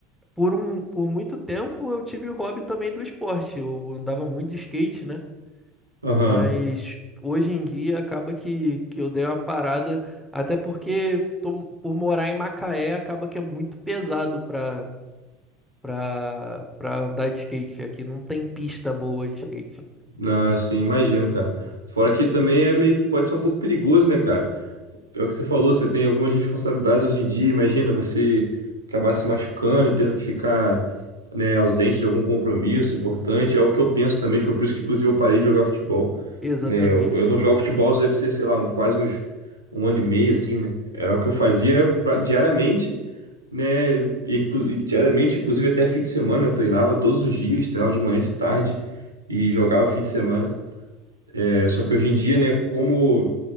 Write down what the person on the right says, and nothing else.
Aham.
Ah, sim, imagino, cara. Fora que também é meio, pode ser um pouco perigoso, né, cara? É o que você falou, você tem algumas responsabilidades hoje em dia. Imagina você acabar se machucando, tendo que ficar, né, ausente de algum compromisso importante. É o que eu penso também. Foi por isso que, inclusive, eu parei de jogar futebol.
Né, eu, eu não jogo futebol, isso deve ser, sei lá, um- quase uns, um ano e meio, assim, né? Era o que eu fazia pra- diariamente, né? E, inclu- e diariamente, inclusive, até fim de semana. Eu treinava todos os dias, treinava de manhã, de tarde e jogava fim de semana. É, só que hoje em dia, né, como